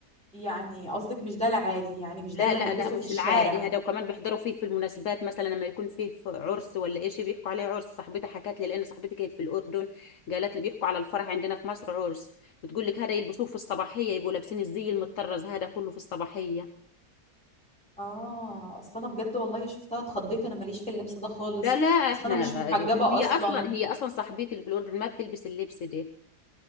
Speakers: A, in the centre; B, on the left (about 55°).
A: يعني قصدك مش ده العادي يعني مش
B: لا
A: ده اللي هلبسه
B: لا لا مش
A: في الشارع
B: العادي هذا وكمان بيحضروا فيه في المناسبات مثلا لما يكون فيه في عرس ولا شيء بيحكوا عليه عرس صاحبتي حكت لي لان صاحبتي كانت في الاردن قالت لي بيحكوا على الفرح عندنا في مصر عرس بتقول لك هذا يلبسوه في الصباحيه يبقوا لابسين الزي المطرز هذا كله في الصباحيه
A: اه اصل انا بجد والله شفتها اتخضيت انا ماليش في اللبس ده خالص
B: لا لا احنا
A: اصل انا مش محجبه
B: هي
A: اصلا
B: اصلا هي اصلا صاحبتي اللي في الاردن ما بتلبس اللبس ده